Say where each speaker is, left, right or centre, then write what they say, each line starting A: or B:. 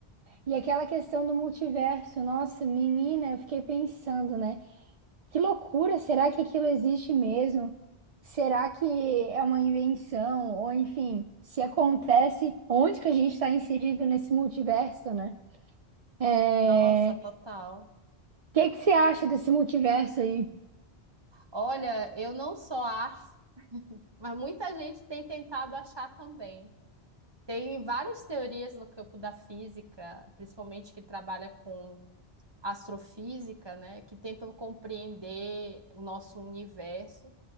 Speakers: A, on the right; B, on the right.
A: e aquela questão do multiverso, nossa, menina, eu fiquei pensando, né? Que loucura, será que aquilo existe mesmo? Será que é uma invenção? Ou enfim, se acontece, onde que a gente está inserido nesse multiverso, né? É...
B: Nossa, total.
A: O que que você acha desse multiverso aí?
B: Olha, eu não só acho, mas muita gente tem tentado achar também. Tem várias teorias no campo da física, principalmente que trabalha com astrofísica, né, que tentam compreender o nosso universo